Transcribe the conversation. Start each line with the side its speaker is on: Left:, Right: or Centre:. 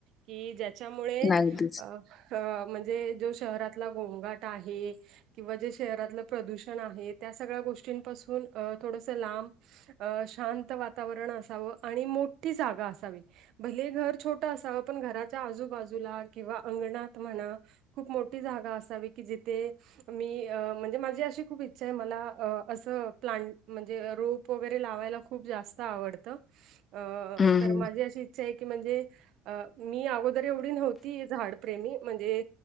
Right: कि ज्याच्यामुळे
Left: अगदीच.
Right: अ म्हणजे जो शहरातला गोंगाट आहे. किंवा जे शहरातलं प्रदूषण आहे त्या सगळ्या गोष्टींपासून अ थोडस लांब. अ शांत वातावरण असावं आणि मोठी जागा असावी. भलेही घर छोटं असावं, पण घराच्या आजूबाजूला किंवा अंगणात म्हणा खूप मोठी जागा असावी, की जिथे मी अ म्हणजे माझी अशी खूप इच्छा आहे मला अ असं अ प्लांट म्हणजे रोप वगैरे लावायला खूप जास्त आवडतं. अ
Left: हं,
Right: तर
Left: हं.
Right: माझी अशी इच्छा आहे की म्हणजे अ मी अगोदर एवढी नव्हती झाड प्रेमी म्हणजे